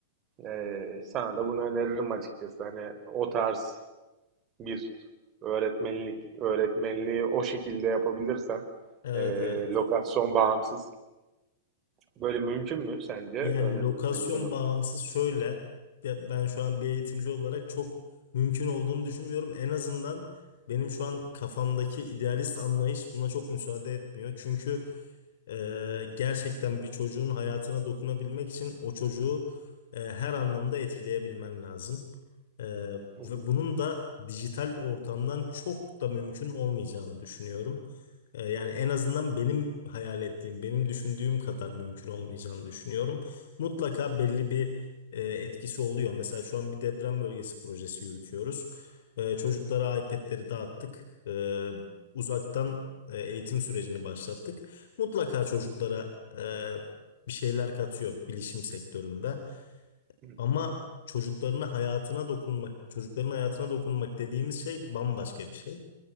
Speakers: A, on the right; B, on the left.
A: Ee, sana da bunu öneririm açıkçası. Hani o tarz bir öğretmenlik, öğretmenliği o şekilde yapabilirsen
B: Evet,
A: e,
B: evet.
A: lokasyon bağımsız Böyle mümkün mü sence öğretmenliği
B: Yani lokasyon
A: loka?
B: bağımsız şöyle ya ben şu an bir eğitimci olarak çok mümkün olduğunu düşünmüyorum. En azından benim şu an kafamdaki idealist anlayış buna çok müsaade etmiyor. Çünkü ee, gerçekten bir çocuğun hayatına dokunabilmek için o çocuğu e, her anlamda etkileyebilmen lazım. Ee,
A: Hı hı,
B: ve bunun da dijital ortamdan çok da mümkün olmayacağını düşünüyorum. Ee, yani en
A: hı
B: azından benim hayal ettiğim, benim düşündüğüm kadar mümkün olmayacağını düşünüyorum. Mutlaka belli bir e, etkisi oluyor. Mesela şu an bir deprem bölgesi projesi yürütüyoruz. Ee, çocuklara iPad'leri dağıttık. Ee, uzaktan e, eğitim sürecini başlattık mutlaka çocuklara e, bir şeyler katıyor bilişim sektöründe.
A: hı.
B: Ama çocuklarına hayatına dokunmak, çocukların hayatına dokunmak dediğimiz şey bambaşka bir şey.